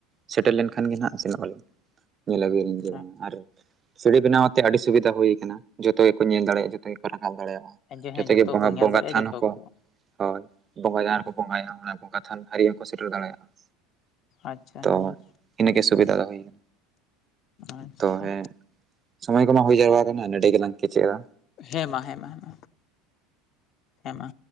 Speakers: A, on the right (about 30°); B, on the left (about 45°).
A: ᱥᱮᱴᱮᱨ ᱞᱮᱱᱠᱷᱟᱱ ᱜᱮ ᱦᱟᱸᱜ ᱥᱮᱱᱚᱜᱼᱟᱞᱤᱧ ᱾ ᱧᱮᱞᱮ ᱵᱤᱱ ᱡᱮᱢᱚᱱ
B: ᱟᱪᱪᱷᱟ
A: ᱵᱟᱝ ᱟᱨ ᱥᱤᱲᱤ ᱵᱮᱱᱟᱣᱛᱮᱜ ᱟᱹᱰᱤ ᱥᱩᱵᱤᱫᱷᱟ ᱦᱩᱭ ᱠᱟᱱᱟ ᱡᱚᱛᱚ ᱜᱮᱠᱚ ᱧᱮᱞ ᱫᱟᱲᱮᱭᱟᱜᱼᱟ᱾ ᱡᱚᱛᱚ ᱜᱮᱠᱚ ᱨᱟᱠᱟᱵ ᱫᱟᱲᱮᱭᱟᱜᱼᱟ᱾
B: ᱦᱮᱸ ᱡᱮ ᱦᱮᱸ ᱡᱚᱛᱚ
A: ᱜᱮ ᱵᱚᱸᱜᱟ
B: ᱠᱚ ᱧᱮᱞ
A: ᱵᱚᱸᱜᱟ
B: ᱫᱟᱲᱮᱭᱟᱜᱼᱟ᱾
A: ᱛᱷᱟᱱ
B: ᱡᱚᱛᱚ
A: ᱦᱚᱸᱠᱚ
B: ᱠᱚ
A: ᱦᱳᱭ ᱵᱚᱸᱜᱟ ᱡᱟᱦᱟᱸ ᱨᱮᱠᱚ ᱵᱚᱸᱜᱟᱭᱟ ᱚᱱᱟ ᱵᱚᱸᱜᱟ ᱛᱷᱟᱱ ᱫᱷᱟᱹᱨᱤᱡ ᱦᱚᱸᱠᱚ ᱥᱮᱴᱮᱨ ᱫᱟᱲᱮᱭᱟᱜᱼᱟ᱾
B: ᱟᱪᱪᱷᱟ
A: ᱛᱚ
B: ᱦᱮᱸ
A: ᱤᱱᱟᱹᱜᱮ ᱥᱩᱵᱤᱫᱟ ᱫᱚ ᱦᱩᱭ ᱱᱟ
B: ᱟᱪᱪᱷᱟ
A: ᱛᱚ ᱦᱮᱸ ᱥᱚᱢᱚᱭ ᱠᱚᱢᱟ ᱦᱩᱭ ᱡᱟᱣᱟ ᱟᱠᱟᱱᱟ ᱱᱮᱰᱮ ᱜᱮᱞᱟᱝ ᱠᱮᱪᱮᱫᱟ᱾
B: ᱦᱮᱸ ᱢᱟ ᱦᱮᱸᱢᱟ ᱦᱮᱸ, ᱦᱮᱸ ᱢᱟ